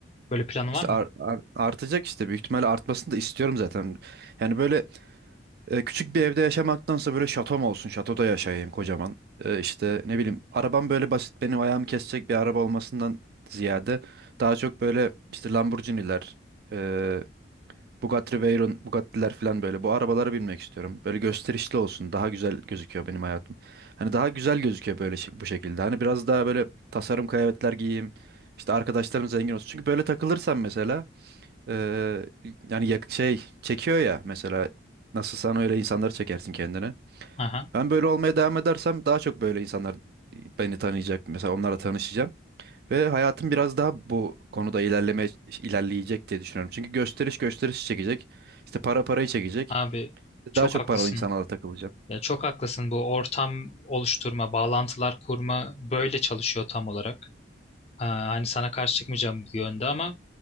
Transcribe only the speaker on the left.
Böyle planı var
mı?
Aha.
Abi çok
haklısın.
Ya çok haklısın. Bu ortam oluşturma, bağlantılar kurma böyle çalışıyor tam olarak. Ha, hani sana karşı çıkmayacağım bu yönde ama